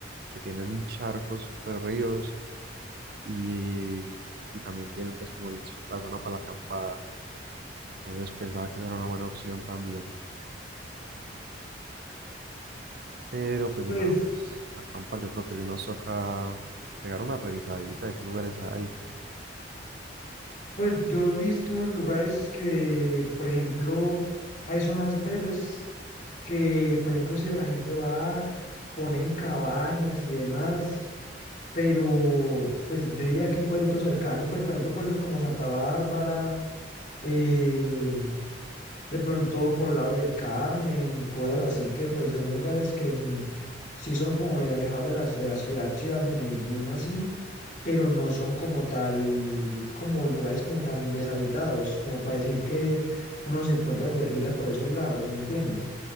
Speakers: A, on the right; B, on the left.
A: que tienen charcos, super ríos y, y también tienen pues como el la zona para la acampada. Entonces pensaba que esa era una buena opción también. Pero pues
B: Pues,
A: si fuéramos a acampar, yo creo que si nos toca pegar una revisadita de qué lugares hay y todo.
B: pues yo he visto unos lugares que, por ejemplo, hay zonas verdes que pues ya inclusive la gente va, ponen cabañas y demás pero pues yo diría que un pueblito cercano, pues por ejemplo pueblos como Santa Bárbara, eh, de pronto por lados del Carmen, cosas así que pues son lugares que n- sí son como medio alejados de las de la ciudad, ciudad de Medellín o así, pero no son como tal, como lugares como tan deshabitados, como para decir que uno se encuentra guerrilla por esos lados, ¿me entiendes?